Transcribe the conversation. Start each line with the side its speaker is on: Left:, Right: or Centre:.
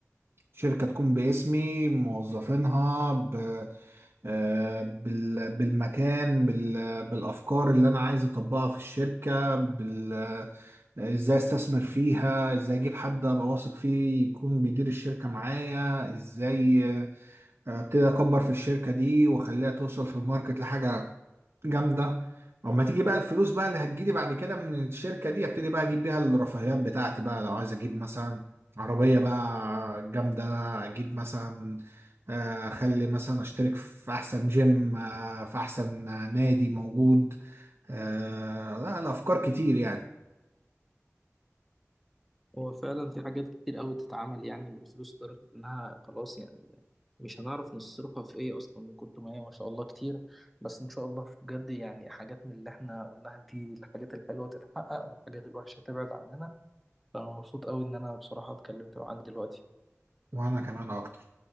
Right: شركه تكون باسمي موظفينها ب... آه، بال... بالمكان بال... بالافكار اللي انا عايز اطبقها في الشركه بال... آه، ازاي استثمر فيها ازاي اجيب حد ابقى واثق فيه يكون بيدير الشركه معايا ازاي ابتدي اكبر في الشركه دي واخليها توصل في الماركت لحاجه جامده اما تيجي بقى الفلوس بقى اللي هتجيلي بعد كده من الشركه دي ابتدي بقى اجيب بيها الرفاهيات بتاعتي بقى لو عايز اجيب مثلا عربيه بقى جامده اجيب مثلا آه، اخلي مثلا اشترك في احسن جيم آه، في احسن نادي موجود آه، لا الافكار كتير يعني
Centre: هو فعلا في حاجات كتير قوي تتعمل يعني بالفلوس لدرجة إنها خلاص يعني مش هنعرف نصرفها في إيه أصلا من كتر ما هي ما شاء الله كتير بس إن شاء الله في بجد يعني حاجات من اللي إحنا قلناها دي الحاجات الحلوة تتحقق والحاجات الوحشة تبعد عننا فأنا مبسوط قوي إن أنا بصراحة اتكلمت معاك دلوقتي.
Right: وانا كمان اكتر